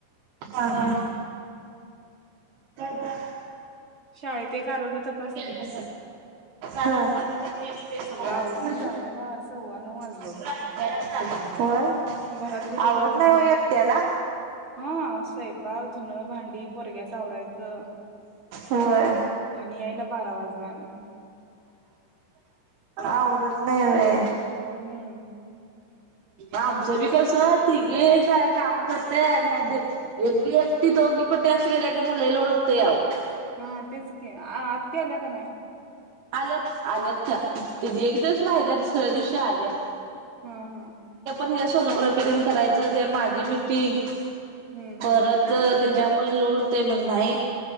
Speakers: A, on the right (about 90°); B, on the right (about 15°).
A: हा, हा हो का
B: शाळेत एक आरोग्य तपा
A: केलतं सगळं सारखं, सारखं बी तेच, तेच
B: सगळं
A: करायचं
B: आवरून जायला सव्वा नऊ वाजलं
A: मसूरडाळ
B: होतं
A: होय
B: घरातलं सगळं
A: आवरत
B: धुन
A: नाही हो एकट्याला
B: हा स्वपाक धुन भांडी पोरग्या आवरायचं
A: होय
B: आणि यायला बारा वाजल आणि
A: आवरत नाही व्हय
B: हम्म
A: आमचं बी कस तिघे स काम करतय आणि एक एकटी दोघी कुठे अस गेल्या की मला लोड होतय अहो
B: हा तेच की आ त्या का नाही
A: आल्यात आल्यात त एक दिवस राहिल्या दुसऱ्या दिवशी आल्या
B: ह, ह
A: तिला सोनोग्राफी करायचं ते माझी मिीटिंग
B: हम्म हम्म
A: परत त्याच्यामुळे लोड होतय म नाही